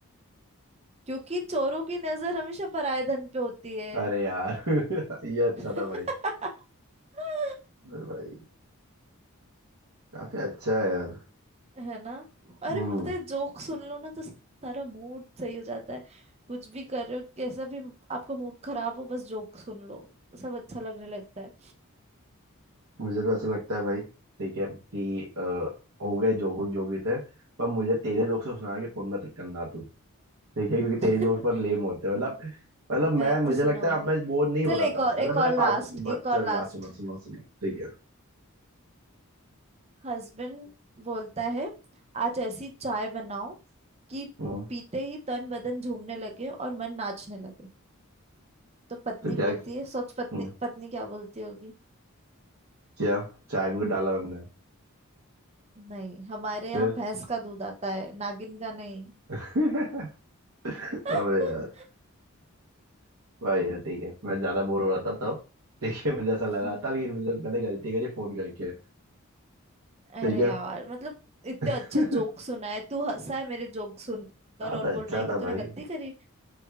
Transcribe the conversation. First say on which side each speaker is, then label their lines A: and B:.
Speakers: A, on the right; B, on the right.
A: क्योंकि चोरों की नजर हमेशा पराये धन पे होती है
B: अरे यार <laughs> ये अच्छा
A: <laughs>
B: था भाई अरे भाई काफी अच्छा है यार
A: है ना अरे
B: हम्म
A: पता है जोक सुन लो ना तो सारा मूड सही हो जाता है कुछ भी कर रहे हो कैसा भी आपका मूड खराब हो बस जोक सुन लो सब अच्छा लगने लगता है
B: मुझे तो ऐसा लगता है भाई ठीक है कि अ, हो गए जो हो जो भी थे पर मुझे तेरे जोक से सुना के फोन मत करना तू ठीक है क्योंकि
A: <laughs>
B: तेज जोक्स पर
A: नहीं
B: लेम होते हैं मतलब मतलब मैं
A: मैं तो
B: मुझे
A: सुनाऊंगी
B: लगता है अब मैं बोर नहीं हो
A: चल
B: रहा
A: एक
B: था
A: और
B: मतलब
A: एक
B: मैंने
A: और लास्ट
B: फालतू ब-
A: एक
B: चल
A: और लास्ट
B: रहा सुना सुना सुना ठीक है
A: हस्बैंड बोलता है आज ऐसी चाय बनाओ कि
B: हम्म,
A: पीते ही तन बदन झूमने लगे और मन नाचने लगे तो पत्नी
B: तो क्या
A: बोलती है सोच पत्नी
B: हम्म,
A: पत्नी क्या बोलती होगी
B: क्या चाय में कुछ डाला हमने
A: नहीं हमारे
B: फिर
A: यहाँ भैंस का दूध आता है नागिन का नहीं
B: <laughs> अबे
A: <laughs>
B: यार भाई यार ठीक है मैं ज्यादा बोर हो रहा था तब ठीक है मुझे ऐसा लगा
A: हम्म।
B: था लेकिन मुझे मैंने गलती करी फोन करके
A: अरे
B: ठीक है
A: यार मतलब इतने
B: <laughs>
A: अच्छे जोक सुनाए तू हंसा है मेरे जोक सुनकर
B: हाँ
A: और
B: तो
A: बोल
B: अच्छा
A: रहा है कि
B: था
A: तूने
B: भाई
A: गलती करी